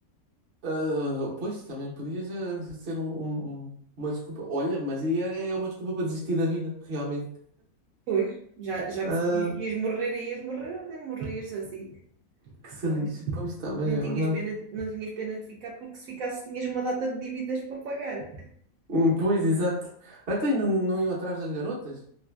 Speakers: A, on the right; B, on the right.
A: Ah, pois, também podia já ser um- um- um- uma desculpa. Olha, mas aí é, é uma desculpa para desistir da vida, realmente.
B: Pois, já, já
A: Ah,
B: que sabias que ias morrer e ias morrer, olha, morrias assim.
A: que se
B: Pelo
A: lixe.
B: menos
A: Pois, está bem,
B: Não
A: é
B: tinhas
A: verdade.
B: pena, de- não tinhas pena de ficar, porque se ficasses tinhas uma data de dívidas para pagar.
A: Hum, Pois, exato. Até não, não iam atrás das garotas?